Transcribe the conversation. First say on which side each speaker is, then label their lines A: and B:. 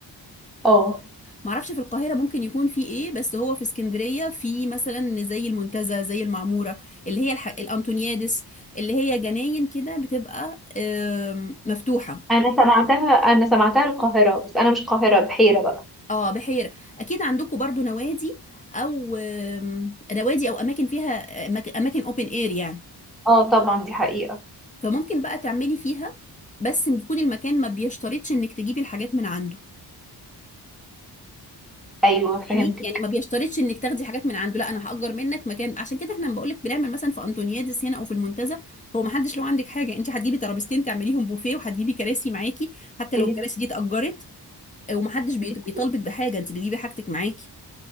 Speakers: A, in the centre; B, on the left.
A: اه
B: معرفش في القاهرة ممكن يكون في ايه بس هو في اسكندرية في مثلا زي المنتزه زي المعمورة اللي هي الح... الأنتونيادس اللي هي جناين كده بتبقى آم، مفتوحة
A: انا سمعتها انا سمعتها القاهرة بس انا مش القاهرة بحيرة بقى
B: اه بحيرة اكيد عندكم برضو نوادي او آم، نوادي او اماكن فيها أماك- اماكن اوبن اير يعني
A: اه طبعا دي حقيقة
B: فممكن بقى تعملي فيها بس يكون المكان ما بيشترطش انك تجيبي الحاجات من عنده
A: ايوه فهمتك
B: يعني يعني ما بيشترطش انك تاخدي حاجات من عنده لا انا هأجر منك مكان عشان كده احنا بقول لك بنعمل مثلا في انطونيادس هنا او في المنتزه هو ما حدش له عندك حاجه انت هتجيبي ترابيزتين تعمليهم بوفيه وهتجيبي كراسي معاكي حتى لو
A: هي
B: الكراسي دي اتأجرت ومحدش بيط-
A: دي-
B: بيطالبك بحاجه انت بتجيبي حاجتك معاكي